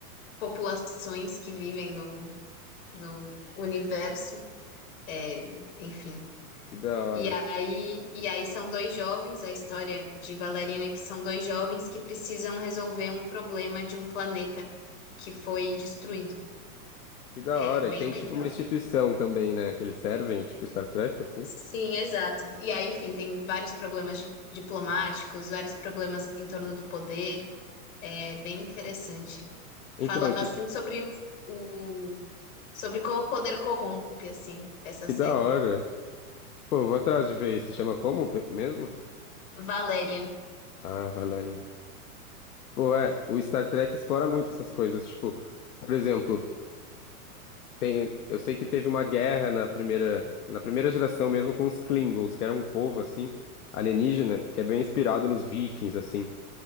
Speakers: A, on the left; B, on the left.
A: populações que vivem no, no universo. É, enfim.
B: Que da hora.
A: E aí, e aí são dois jovens, a história de Valerian é que são dois jovens que precisam resolver um problema de um planeta que foi destruído.
B: Que da
A: É
B: hora.
A: bem
B: E tem,
A: legal.
B: tipo, uma instituição também, né, que eles servem, tipo Star Trek, assim.
A: Sim, exato. E aí, enfim, tem vários problemas di- diplomáticos, vários problemas em torno do poder. É bem interessante.
B: Então,
A: Fala bastante
B: tipo,
A: sobre o, o- sobre como o poder corrompe, assim, essa
B: que
A: série.
B: da hora. Pô, eu vou atrás de ver. Se chama como pe- mesmo?
A: Valerian.
B: Ah, Valéria. Pô, é, o Star Trek explora muito essas coisas, tipo, por exemplo, tem, eu sei que teve uma guerra na primeira, na primeira geração mesmo com os Klingons, que era um povo assim alienígena, que é bem inspirado nos Vikings assim.